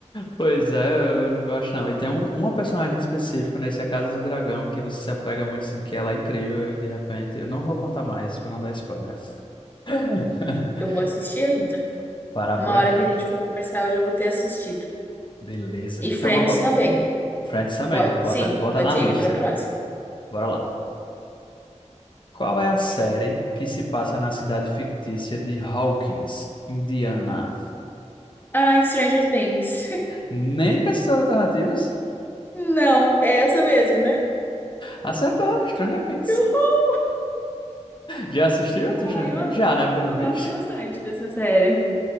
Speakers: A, on the left (about 40°); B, on the left (about 15°).
A: Pois é, eu, eu não gosto não. E tem um, uma personagem específica nesse A Casa do Dragão que você se apega muito, assim, que ela é incrível e de repente... Eu não vou contar mais pra não dar spoiler. <laughs>
B: Eu vou assistir ainda.
A: Parar
B: Uma
A: por
B: hora
A: aqui.
B: que a gente for conversar, eu já vou ter assistido.
A: Beleza.
B: E Friends
A: Então vamos pra
B: também.
A: Friends também.
B: Pode,
A: Bota,
B: sim,
A: bota
B: pode
A: na lista.
B: ir pra próxima.
A: Bora lá. Qual é a série que se passa na cidade fictícia de Hawkins, Indiana?
B: Ai, Stranger Things.
A: Nem precisou de alternativas.
B: <laughs> Não, é essa mesmo, né?
A: Acertou, Stranger Things.
B: Que horror.
A: Já assistiu a Stranger
B: Ai,
A: Things?
B: eu,
A: Já, né?
B: eu,
A: Pelo
B: eu
A: visto.
B: gosto bastante dessa série.